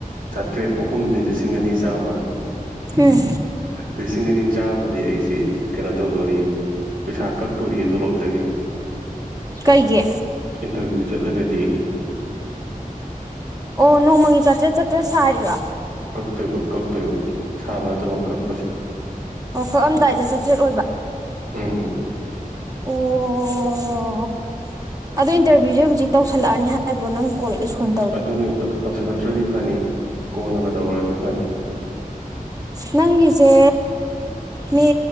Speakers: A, on the right (about 75°); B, on the right (about 25°).
A: ꯆꯥꯇ꯭ꯔꯦꯠ ꯑꯍꯨꯝꯗꯤ ꯂꯤꯁꯤꯡ ꯑꯅꯤ ꯆꯥꯝꯃ
B: ꯎꯝ
A: ꯂꯤꯁꯤꯡ ꯑꯅꯤ ꯆꯥꯝꯃꯗꯤ ꯑꯩꯁꯤ ꯀꯩꯅꯣ ꯇꯧꯗꯣꯔꯤ ꯄꯩꯁꯥ ꯀꯛꯇꯣꯔꯤꯌꯦ ꯇꯣꯂꯣꯞꯇꯒꯤ
B: ꯀꯩꯒꯤ
A: ꯏꯟꯇꯔꯚ꯭ꯌꯨ ꯆꯠꯂꯒꯗꯤ
B: ꯑꯣ ꯅꯣꯡꯃꯒꯤ ꯆꯥꯇ꯭ꯔꯦꯠ ꯆꯥꯇ꯭ꯔꯦꯠ ꯁꯥꯥꯏꯔꯤꯔꫭ
A: ꯀꯛꯇꯣꯏꯕ ꯀꯛꯇꯣꯏꯕ ꯁꯥꯕ ꯅꯠꯇꯕ ꯀꯛꯄꯁꯦ
B: ꯑꯣ ꯀꯛꯑꯥꯝꯗꯥꯏꯗ ꯆꯥꯇ꯭ꯔꯦꯠ ꯑꯣꯏꯕ
A: ꯎꯝ
B: ꯑꯣ ꯑꯗꯣ ꯏꯟꯔꯚ꯭ꯌꯨꯁꯦ ꯍꯧꯖꯤꯛ ꯇꯧꯁꯜꯂꯑꯅꯤ ꯍꯥꯏꯕ꯭ꯔꯣ ꯅꯪ ꯀꯣꯜ ꯏꯁ꯭ꯀꯨꯜ
A: ꯑꯗꯨꯅꯤ ꯇꯧꯁꯤꯜꯂꯛꯇ꯭ꯔꯗꯤ ꯐꯅꯤ ꯀꯣꯟꯅꯒ ꯇꯧꯔꯗꯤ ꯐꯅꯤ
B: ꯅꯪꯒꯤꯖꯦ ꯃꯦ